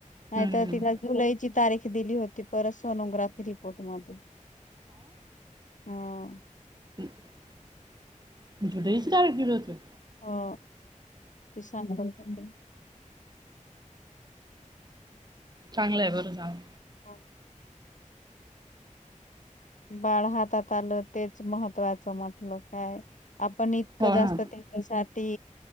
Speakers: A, on the left (about 70°); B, on the right (about 30°).
A: नाहीतर
B: हं.
A: तिला जुलैची तारीख दिली होती परत सोनोग्राफी. <unintelligible> हां
B: <unintelligible> केल होते.
A: हो. ती सांगत <unintelligible>
B: चांगलंय बरं झालं
A: हां बाळ हातात आलं तेच महत्त्वाचं म्हटलं काय आपण इतकं
B: हो
A: जास्त
B: ना.
A: ते साठी